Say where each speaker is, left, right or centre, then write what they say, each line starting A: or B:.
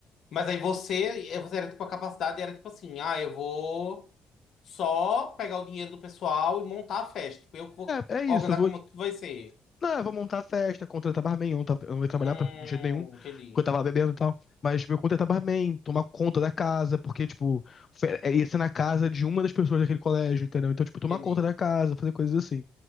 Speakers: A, on the left; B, on the left.
A: Mas aí você, eh, você era tipo a capacidade, era tipo assim, ah, eu vou só pegar o dinheiro do pessoal e montar a festa. Tipo, eu que vou
B: É, é
A: organizar
B: isso, eu vou.
A: como tudo vai ser.
B: Não, eu vou montar a festa, contratar barman. Eu não, tava- eu não ia trabalhar
A: Hum,
B: pra, de jeito nenhum, porque
A: entendi,
B: eu tava lá bebendo e tal. Mas, tipo, eu contratar barman, tomar conta da casa, porque, tipo, fe- é, ia ser na casa de uma das pessoas daquele colégio, entendeu? Então, tipo, tomar
A: entendi,
B: conta da casa, fazer coisas assim.